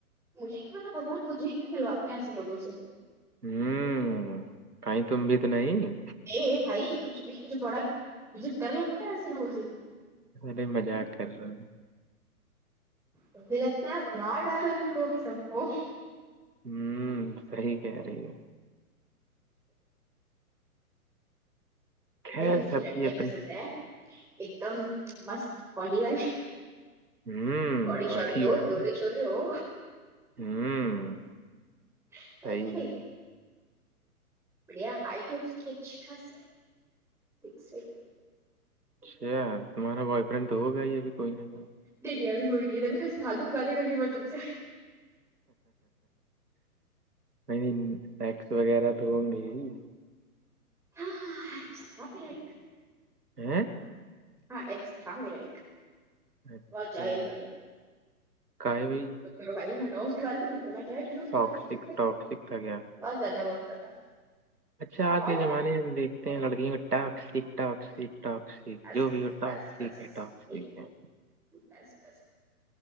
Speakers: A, in the centre; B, on the right.
A: مجھے کی متابھگان مجھ ہی کیوں ملاتے ہیں ایسے لگوں سے
B: ہوں کیں تمبت نہیں
A: ا بھائی کچھ بھی مجھے بڑا بج ڈر لگتا ہےے روز
B: بے مذاق کر رہا ہوں
A: مجھے لگتا ہے باہار ڈالو ان کو بھی سب کو
B: ہوں صحیح کہہ رہی ہے خیر
A: بھائی مجھے
B: سب
A: لڑکیا
B: کی اپن
A: پسند ہیں ایک دم مست باڈی والے
B: ہوں
A: بڑی
B: باٹھی
A: چڑی ہو
B: والی
A: ٹوولے چوولے ہو
B: ہوں
A: نہیں
B: صی ہے
A: بڑھیا ہائٹ اور اس کی اچھی خاصیت س ف
B: اچھا تمہارا بوائے فرینڈ تو ہو گا ہی ابھی کوئی نہیں
A: دیرییابمی کوئی رہ ہے م میںےھ دور بادے گی ہوا تم سے
B: نہیں یکس وغیرہ تو ہوں گے ہی
A: ہاں ہاں
B: ہوں
A: ہاں ایکس تھا میرا ایک
B: اچھا
A: بت جائے ب
B: کا ہے بھائی
A: کرو بھائی نڈ کی بات میںنات
B: ٹاکسک
A: بہت
B: ٹاکسک تھا کیا
A: زیادہ بہت زیادہ
B: اچھا آج
A: اور
B: کے زمانے میں ہم دیکھتے ہیں لڑکیوں کا ٹ سیک ٹاک سک ٹاک
A: بس
B: جو بھی
A: بس
B: ہو ٹاک
A: بس
B: سیک ہے ٹااک
A: بس
B: سھ ہے
A: بس بس